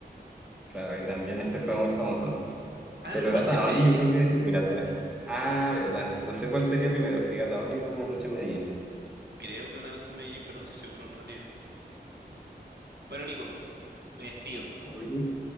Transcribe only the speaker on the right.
¿Verdad?
Ah,
no, noche
en Medellín.
Creo que una noche en Medellín, pero no estoy seguro en realidad. Bueno, Nico, me despido,